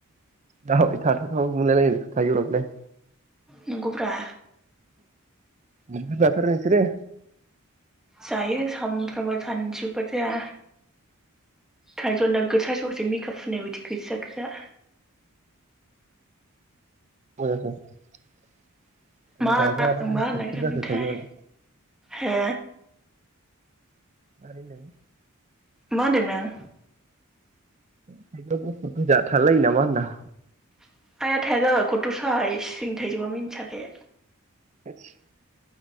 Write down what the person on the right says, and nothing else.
जाबाय थाथावथाव मोनलायलायथारो बेलाय
नोगोद जाथारो नोंसोरो?
<unintelligible> गोजा
जाना
गुफुरफोर
जाखो थाइजौआलाय
मारैदों?
थाइजौआ गुफुर गोजा थालायो नामा होनदां।
<inaudible>